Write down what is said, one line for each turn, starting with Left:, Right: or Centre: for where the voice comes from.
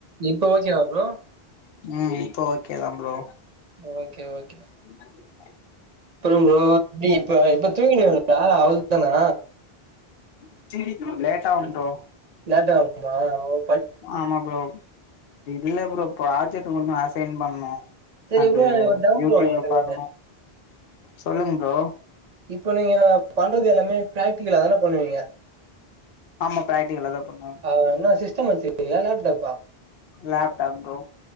Right: இப்ப ஓகேவா ப்ரோ
Left: ம் இப்ப ஓகே தா ப்ரோ
Right: ஓகே ஓகே
Left: என்னது <inaudible>
Right: அப்பறோ ப்ரோ நீ இப்ப இப்ப தூங்கினுவீங்களா அவ்ள் தானா
Left: <unintelligible> லேட்டா வந்ட்டோ
Right: லேட்டா வந்ட்டோ ஓ
Left: ஆமா ப்ரோ இல்ல ப்ரோ ப்ராஜெக்ட் கொஞ்சோ அசைன் பண்ணு
Right: சரி
Left: அது
Right: ப்ரோ எனக்கு ஒரு டவுட்
Left: யூடிப்ல
Right: எனக்கு
Left: பாக்கணு
Right: ஒன்னு
Left: சொல்லுங்க ப்ரோ
Right: இப்ப நீங்க பண்றது எல்லாமே பிராக்டிகலா தான பண்ணுவீங்க
Left: ஆமா பிராக்டிகலா தா பண்ணுவோ
Right: ஆ என்ன சிஸ்டம் வெச்சிருக்கீங்க ஏ லேப்டாப்பா
Left: லேப்டாப் ப்ரோ